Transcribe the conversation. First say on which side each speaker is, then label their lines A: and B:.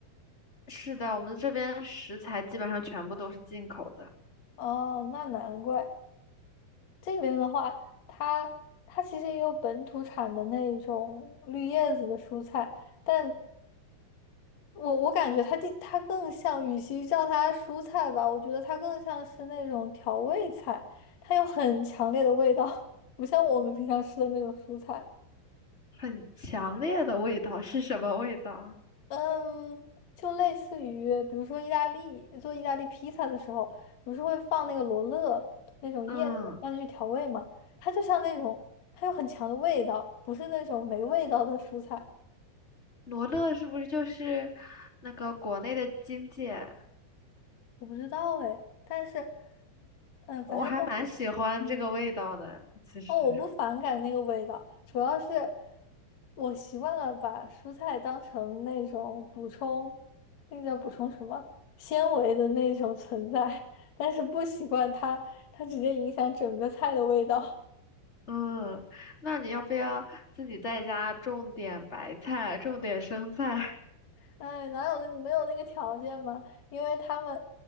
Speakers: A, on the left; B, on the left.
A: 是的，我们这边食材基本上全部都是进口的。
B: 哦，那难怪。这边的话，它它其实也有本土产的那种绿叶子的蔬菜，但我我感觉它地它更像，与其叫它蔬菜吧，我觉得它更像是那种调味菜，它有很强烈的味道，<laughs> 不像我们平常吃的那种蔬菜。
A: 很强烈的味道是什么味道？
B: 嗯，就类似于，比如说意大利做意大利披萨的时候，不是会放那个罗勒那种叶子让你去调味嘛？
A: 嗯，
B: 它就像那种，它有很强的味道，不是那种没味道的蔬菜。
A: 罗勒是不是就是那个国内的荆芥？
B: 我不知道哎，但是，嗯，
A: 我还蛮喜欢这个味道的，
B: 反正就，嗯。
A: 其实。
B: 哦，我不反感那个味道，主要是我习惯了把蔬菜当成那种补充，那个叫补充什么纤维的那种存在，<laughs> 但是不习惯它，它直接影响整个菜的味道。
A: 嗯，那你要不要自己在家种点白菜，种点生菜？
B: 哎，哪有那没有那个条件嘛？因为他们，